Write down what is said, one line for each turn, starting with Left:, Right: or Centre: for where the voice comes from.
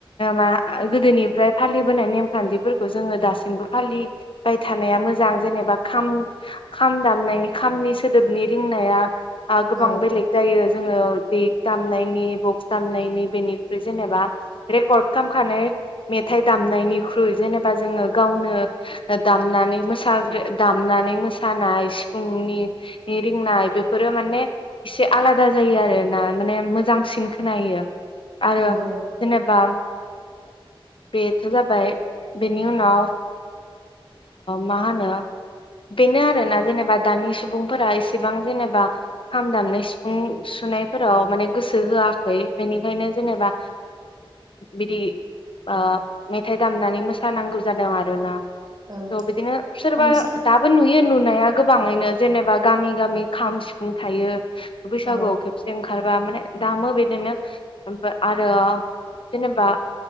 Left: मा गोदोनिफ्राय फालि बोनाय नेमखान्थिफोरखौ जोङो दासिमबो फालिबाय थानाया मोजां जेनेबा खाम खाम दामनायनि खामनि सोदोबनि रिंनाया आ गोबां
Right: औ
Left: बेलेग जायो जोङो देग दामनायनि बक्स दामनायनि बेनिख्रु जेनेबा रेकर्ड खालामखानाय मेथाइ दामनायनिख्रुइ जेनेबा जोङो गावनो दामनानै मोसाग्रो दामनानै मोसानाय सिफुंनि रिंनाय बेफोरो माने एसे आलादा जायो आरोना माने मोजांसिन खोनायो आरो
Right: नंगौ
Left: जेनेबा बे थ' जाबाय बेनि उनाव मा ओ होनो बेनो आरोना जेनेबा दानि सुबुंफोरा एसेबां जेनेबा खाम दामनाय सिफुं सुनायफोराव माने गोसो होआखै बेनिखायनो जेनेबा बिदि ओ मेथाइ दामनानै मोसानांगौ जादों आरोना
Right: औ
Left: थ' बेदिनो सोरबा
Right: बांसिनानो
Left: दाबो नुयो नुनाया गोबाङैनो जेनेबा गामि गामि खाम सिफुं थायो बैसागुआव
Right: औ
Left: खेबसे ओंखार बा माने दामो बिदिनो आरो जेनेबा